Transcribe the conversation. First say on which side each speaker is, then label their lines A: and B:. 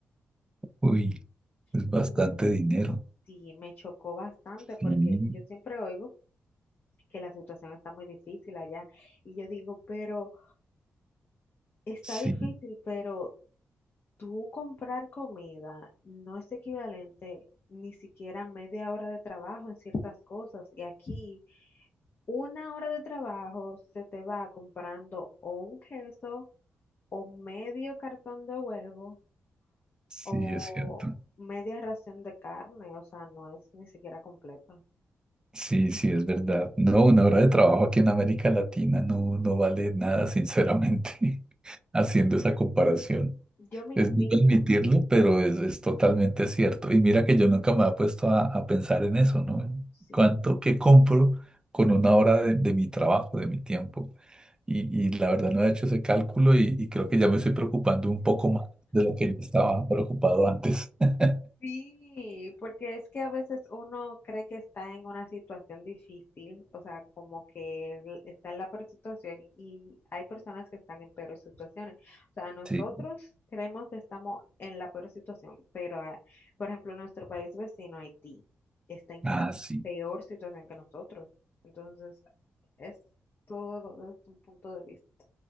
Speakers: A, on the right; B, on the left.
A: Uy, es
B: Entonces,
A: bastante dinero.
B: sí, me chocó bastante porque
A: Sí,
B: yo siempre oigo que la situación está muy difícil allá y yo digo, pero... Está
A: sí,
B: difícil, pero tú comprar comida no es equivalente ni siquiera a media hora de trabajo en ciertas cosas. Y aquí una hora de trabajo se te va comprando o un queso o medio cartón de huevo
A: sí,
B: o
A: es cierto.
B: media ración de carne. O sea, no es ni siquiera completo.
A: Sí, sí, es verdad. No, una hora de trabajo aquí en América Latina no, no vale nada, sinceramente, <laughs> haciendo esa comparación.
B: Yo me
A: Es
B: indigno.
A: duro admitirlo, pero es, es totalmente cierto. Y mira que yo nunca me había puesto a, a pensar en eso, ¿no?
B: Sí.
A: ¿Cuánto que compro con una hora de, de mi trabajo, de mi tiempo? Y, y la verdad no he hecho ese cálculo y, y creo que ya me estoy preocupando un poco más de lo que yo estaba preocupado antes. <laughs>
B: Sí, porque es que a veces uno cree que está en una situación difícil, o sea, como que el- está en la peor situación y hay personas que están en peores situaciones. O sea, nosotros
A: Sí,
B: creemos que estamos en la peor situación, pero, ah, por ejemplo, nuestro país vecino, Haití, está en una
A: ah, sí.
B: peor situación que nosotros. Entonces, es todo desde un punto de vista.